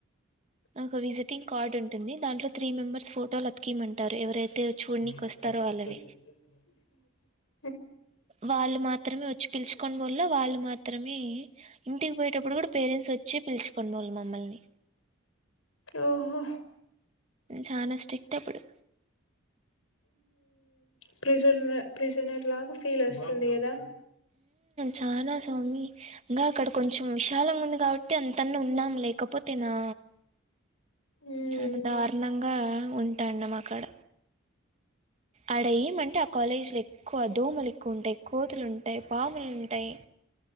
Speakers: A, on the right; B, on the left.
A: ఒక విజిటింగ్ కార్డ్ ఉంటుంది దాంట్లో త్రీ మెంబర్స్ ఫోటోలు అతకీమంటారు ఎవరైతే
B: కత్తత్త
A: చూడనీకి వస్తారో వాళ్ళవి
B: <inaudible>
A: వాళ్ళు మాత్రమే వచ్చి పిల్చుకోడం వల్ల వాళ్ళు మాత్ర అత్రమి ఇంటికి పోయేటప్పుడు కూడా పేరెంట్స్ వచ్చి పిలుచుకుని వాళ్ళు మమ్మల్ని
B: ఓహో
A: చాలా స్ట్రిక్ట్ప్పుడు
B: ప్రిజ ప్రిజనర్ లాగా ఫీల్ వస్తుంది కదా
A: చాలా స్వామి ఇంకా అక్కడ కొంచెం విశాలంగా ఉంది కాబట్టి అంతని ఉన్నాము లేకపోతే నా
B: మ్మ్
A: చాలా దారుణంగా ఉంటాన్నాము అక్కడ ఆడ ఏమంటే ఆ కాలేజీలో ఎక్కువ దోమలు ఎక్కువ ఉంటాయి. కోతులు ఉంటాయి పాములు ఉంటాయి.